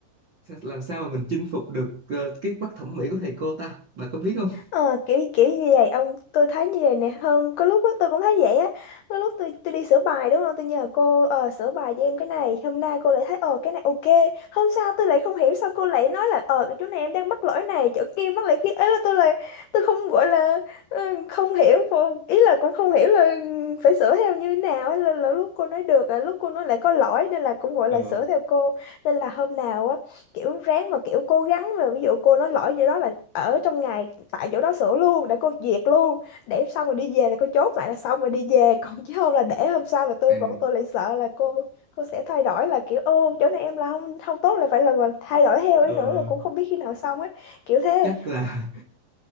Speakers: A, on the right; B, on the left.
A: Sa- làm sao mà mình chinh phục được ờ, cái mắt thẩm mỹ của thầy cô ta bà có biết không
B: Ờ, kiểu kiểu như vậy ông tôi thấy như vậy nè hơn có lúc á tôi cũng thấy vậy á có lúc tôi tôi đi sửa bài đúng không tôi nhờ cô ờ, sửa bài cho em cái này hôm nay cô lại thấy ờ cái này ok hôm sau tôi lại không hiểu sao cô lại nói là ờ cái chỗ này em đang mắc lỗi này chỗ kia mắc lỗi kia ấy là tôi là tôi không gọi là ờ, không hiểu vô- ý là cũng không hiểu là phải sửa theo như thế nào ấy là, là lúc cô nói được là lúc cô nói lại có lỗi nên là cũng gọi là
A: ờ,
B: sửa theo cô nên là hôm nào á kiểu ráng mà kiểu cố gắng mà ví dụ cô nói lỗi gì đó là ở trong ngày tại chỗ đó sửa luôn để cô duyệt luôn để xong rồi đi về là cô chốt lại là xong rồi đi về <laughs> còn chứ không là để hôm sau là tôi
A: à,
B: bọn tôi lại sợ là cô cô sẽ thay đổi là kiểu ô chỗ này em là không không tốt là phải là là thay đổi theo
A: ờ,
B: ấy nữa là cũng không biết khi nào xong ấy kiểu thế
A: chắc là